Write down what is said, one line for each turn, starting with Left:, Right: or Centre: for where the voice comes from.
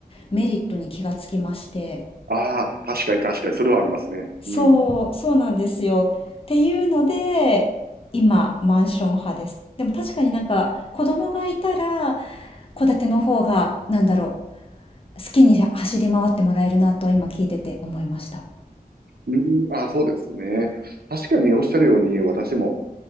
Left: メリットに気がつきまして、
Right: ああ、確かに確かに、それはありますね。
Left: そう、
Right: うん。
Left: そうなんですよ。っていうので、今、マンション派です。でも確かになんか、子供がいたら、戸建ての方が、なんだろう、好きに走り回ってもらえるなと今聞いてて思いました。
Right: うん、ああ、そうですね。確かにおっしゃるように、私も、